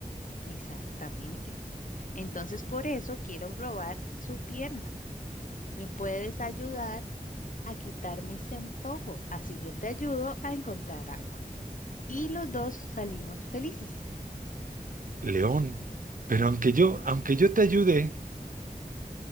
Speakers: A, on the left (about 60°); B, on the right (about 65°).
A: Exactamente. Entonces, por eso quiero probar su pierna. ¿Me puedes ayudar a quitarme ese antojo? Así yo te ayudo a encontrar agua. Y los dos salimos felices.
B: León. Pero aunque yo, aunque yo te ayude,